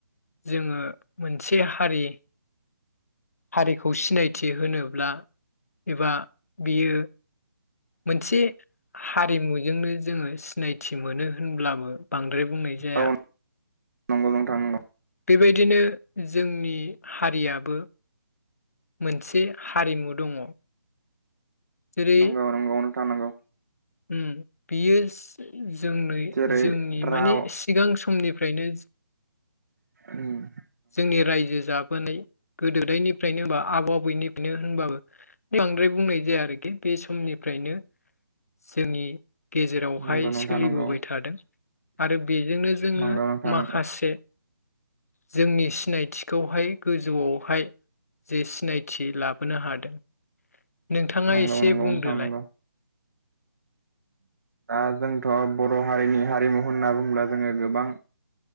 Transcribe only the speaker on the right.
औ नंगौ नोंथां नंगौ
नंगौ नंगौ नोंथां नंगौ
जेरै
राव
उम
नंगौ नोंथां
नंगौ
नंगौ नोंथां
नंगौ
नंगौ
नंगौ
नोंथां नंगौ दा जोंथ' बर' हारिनि हारिमु होनना बुंब्ला जोङो गोबां